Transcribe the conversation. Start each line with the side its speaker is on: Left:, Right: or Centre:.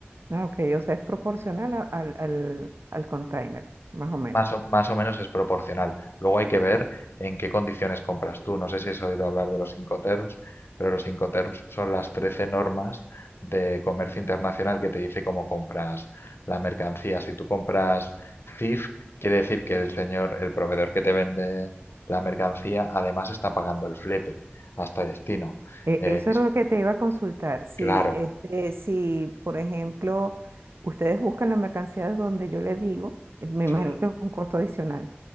Right: Ah, ok, o sea, es proporcional a- al, al, al container, más o menos.
Left: Más o, más o menos es proporcional. Luego hay que ver en qué condiciones compras tú. No sé si has oído hablar de los Incoterms, pero los Incoterms son las 13 normas de comercio internacional que te dice cómo compras la mercancía. Si tú compras CIF, quiere decir que el señor, el proveedor que te vende la mercancía, además está pagando el flete hasta destino.
Right: E-
Left: Eh,
Right: Eso
Left: y
Right: era
Left: si-
Right: lo que te iba a consultar. Si,
Left: claro,
Right: este, si, por ejemplo, ustedes buscan la mercancía de donde yo le digo, eh, me
Left: sí,
Right: imagino que es un costo adicional.